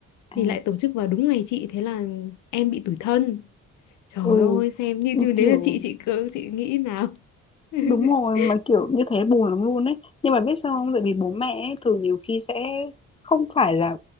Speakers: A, on the left; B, on the left.
A: À,
B: thì lại tổ chức vào đúng ngày chị thế là em bị tủi thân trời
A: ừ,
B: ơi xem như chứ
A: kiểu
B: nếu là chị chị cứ chị nghĩ nào <laughs>
A: đúng rồi, mà, kiểu, như thế buồn lắm luôn ấy. Nhưng mà biết sao không? Tại vì bố mẹ ấy thường nhiều khi sẽ không phải là